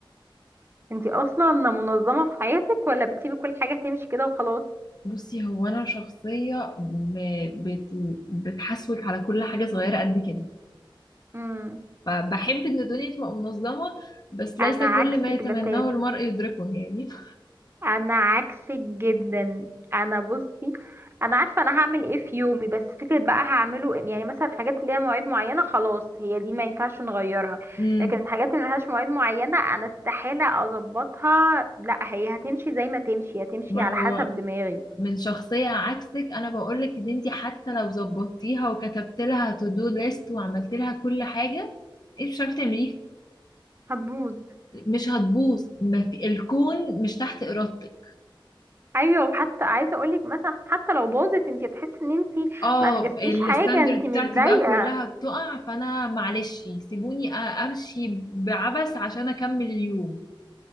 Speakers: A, on the right; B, on the left.
A: انتي اصلا منظمة في حياتك ولا بتسيبي كل حاجة تمشي كده وخلاص
B: بصي هو انا شخصيه م... بت... بتحسوك على كل حاجه صغيره قد كده
A: امم
B: فبحب ان الدنيا تبقى منظمه بس ليس
A: انا
B: كل
A: عكسك
B: ما يتمناه
A: بتاتا
B: المرء يدركه يعني <laughs>
A: انا عكسك جدا انا بصي انا عارفه انا هعمل ايه في يومي بس فكره بقى هعمله إيه- يعني مثلا الحاجات اللي ليها مواعيد معينه خلاص هي دي ما ينفعش نغيرها
B: امم
A: لكن الحاجات اللي ملهاش مواعيد معينه انا استحاله اظبطها لا هي هتمشي زي ما تمشي هتمشي
B: ما
A: على
B: هو
A: حسب دماغي
B: من شخصيه عكسك انا بقولك ان انت حتى لو ظبطتيها وكتبت لها تو دو ليست وعملت لها كل حاجه انت مش عارفه تعمليها
A: هتبوظ
B: مش هتبوظ ما في الكون مش تحت ارادتك
A: ايوه وحتى عايزه اقولك مثلا حتى لو باظت انت هتحسي ان انت
B: اه
A: ما انجزتيش
B: الستاندرد
A: حاجه انت
B: بتاعتي
A: متضايقه
B: بقى كلها بتقع فانا معلش سيبوني أ- امشي بعبث عشان اكمل اليوم